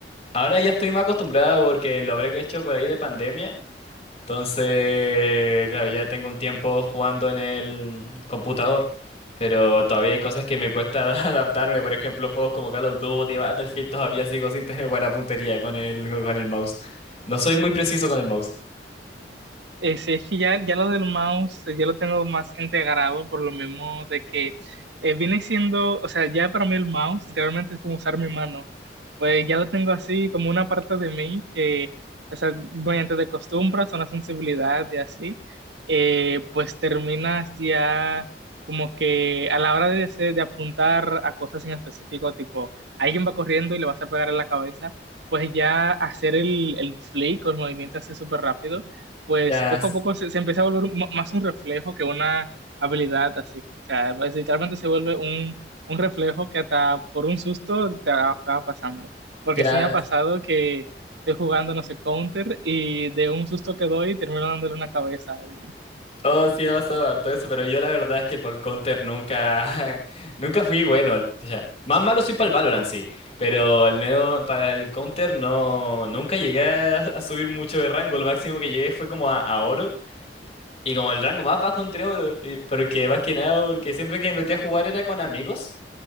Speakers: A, on the left; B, on the right.
A: ahora ya estoy más acostumbrado porque lo habré hecho por ahí de pandemia. Entonces, claro, ya tengo un tiempo jugando en el computador, pero todavía hay cosas que me cuesta <laughs> adaptarme. Por ejemplo, juegos como Call of Duty, Battlefield, todavía sigo sin tener buena puntería con el, con el mouse. No soy muy preciso con el mouse.
B: Eh, sí, es que ya, ya lo del mouse, eh, ya lo tengo más integrado por lo mismo de que eh, viene siendo, o sea, ya para mí el mouse literalmente es como usar mi mano. Pues ya lo tengo así como una parte de mí que, o sea, mediante de costumbres, una sensibilidad y así, eh, pues terminas ya como que a la hora de, hacer- de apuntar a cosas en específico, tipo, alguien va corriendo y le vas a pegar en la cabeza, pues ya hacer el, el flick o el movimiento así súper rápido pues
A: Ya,
B: poco
A: s-
B: a poco se, se empieza a volver un- más un reflejo que una habilidad así. O sea, pues, literalmente se vuelve un, un reflejo que hasta por un susto te acaba pasando. Porque
A: ya.
B: sí me ha pasado que estoy jugando, no sé, counter y de un susto que doy termino dándole una cabeza a alguien.
A: Oh, sí, ha pasado harto eso, pero yo la verdad es que para el Counter nunca, <laughs> nunca fui bueno. O sea, más malo soy para el Valorant, sí, pero al menos para el Counter no, nunca llegué a, a subir mucho de rango. Lo máximo que llegué fue como a a oro. Y como el rango más bajo entre oro, y- porque más que nada, porque siempre que me metí a jugar era con amigos.